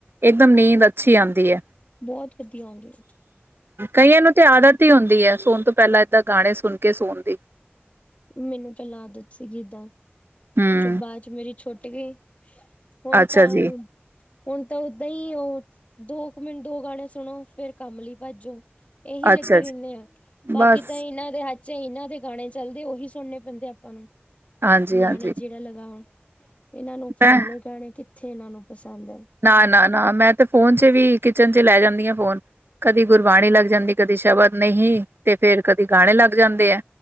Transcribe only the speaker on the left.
ਬਹੁਤ ਵਧੀਆ ਆਉੰਦੀ ਐ।
ਮੈਨੂੰ ਪੈਹਲਾਂ ਆਦਤ ਸੀਗੀ ਏਦਾਂ।
ਤੇ ਬਾਦ ਚ ਮੇਰੀ ਛੁਟ ਗਈ, ਹੁਣ
ਤਾਂ
ਹੁਣ ਤਾਂ ਓਦਾਂ ਈ ਓਹ ਦੋ ਕੁ ਮਿੰਟ ਦੋ ਗਾਣੇ ਸੁਣੋ, ਫੇਰ ਕੰਮ ਲਈ ਭੱਜ ਜੋ। ਏਹੀ ਲੱਗੇ
ਰੈਹਣੇ
ਆਂ, ਬਾਕੀ
ਤਾਂ ਇਨਾਂ ਦੇ ਹੱਥ ਚ ਇਨਾਂ ਦੇ ਗਾਣੇ ਚੱਲਦੇ, ਓਹੀ ਸੁਣਨੇ ਪੈਂਦੇ ਆਪਾਂ ਨੂੰ।
ਨਿਆਣੇ
ਜੇੜਾ ਲਗਾ ਵਣ, ਏਨਾਂ ਨੂੰ ਪੁਰਾਣੇ
ਗਾਣੇ ਕਿੱਥੇ ਐਨਾਂ ਨੂੰ ਪਸੰਦ ਐ।